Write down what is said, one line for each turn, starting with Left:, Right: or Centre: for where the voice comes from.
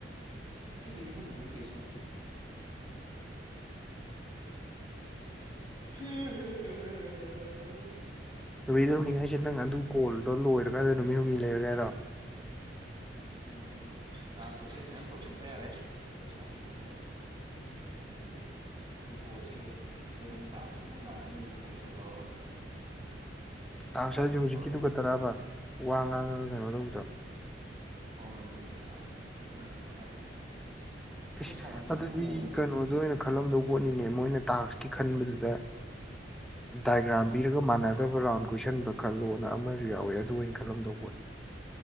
Right: ꯑꯩ ꯅꯃꯤ ꯍꯅꯤꯨ ꯂꯩꯦꯁ ꯍ
Centre: ꯅꯨꯃꯤꯠ ꯍꯨꯝꯅꯤ ꯍꯥꯏꯁꯦ ꯅꯪ ꯑꯗꯨ ꯀꯣꯜꯗꯣ ꯂꯣꯏꯔꯀꯥꯟꯗ ꯅꯨꯃꯤꯠ ꯍꯨꯝꯅꯤ ꯂꯩꯔꯒ ꯍꯥꯏꯔꯣ
Right: ꯎꯝ ꯇꯥꯟꯁꯨ ꯑꯇꯩ ꯃꯌꯥꯝ ꯇꯧꯁꯟꯕ ꯌꯥꯔꯦ ꯄꯩꯁꯥ ꯍꯦꯟꯒꯠꯅꯕ ꯅꯪ ꯁꯤ ꯀꯣꯜꯁ ꯍꯦꯛ ꯂꯣꯏꯁꯟꯒ ꯅꯪ ꯇꯥꯛꯁꯨ ꯌꯥꯝ ꯂꯥꯛꯑꯅꯤ ꯑꯗꯨ ꯇꯧꯁꯜꯂꯣꯑꯣ
Centre: <inaudible> ꯇꯥꯡ ꯁ ꯍꯥꯏꯁꯦ ꯍꯧꯖꯤꯛꯀꯤꯗꯨ
Right: ꯑꯗꯨꯝ
Centre: ꯈꯠꯇꯔꯛꯑꯕ ꯋꯥ ꯉꯥꯡꯉꯒ ꯀꯩꯅꯣ ꯇꯧꯕꯗꯣ
Right: ꯍꯣꯏ ꯑꯗꯨ ꯆ ꯑꯗꯨꯅꯤ ꯂꯥꯛꯀꯅꯤ ꯑꯩꯈꯣꯏ
Centre: ꯏꯁꯁ
Right: ꯁꯥꯟꯅꯈꯤꯕ
Centre: ꯑꯗꯨꯗꯤ
Right: ꯀꯣꯜꯁꯤꯅꯦ
Centre: ꯀꯩꯅꯣꯗ ꯑꯣꯏꯅ ꯈꯜꯂꯝꯗꯕ ꯄꯣꯠꯅꯤꯅꯦ ꯃꯣꯏꯅ ꯇꯥꯡꯁꯀꯤ ꯈꯟꯕꯗꯨꯗ ꯗꯥꯏꯒ꯭ꯔꯥꯝ ꯄꯤꯔꯒ ꯃꯥꯟꯅꯗꯕ ꯔꯥꯎꯟ ꯀꯣꯏꯁꯟꯕ ꯈꯜꯂꯣꯅ ꯑꯃ ꯨ ꯌꯥꯎꯋꯤ ꯑꯗꯨ ꯑꯩꯅ ꯈꯜꯂꯝꯗꯧꯕ